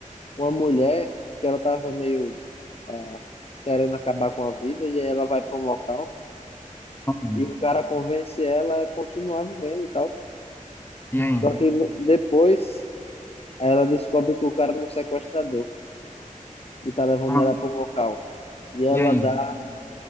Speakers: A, on the left (about 45°); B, on the left (about 15°).
A: uma mulher que ela tava meio ah, querendo acabar com a vida, e aí ela vai para um local
B: Hum.
A: e um cara convence ela a continuar vivendo e tal.
B: E aí?
A: Só que no- depois ela descobre que o cara é um sequestrador e tá levando
B: Ah,
A: ela para um local. E ela
B: e aí?
A: dá,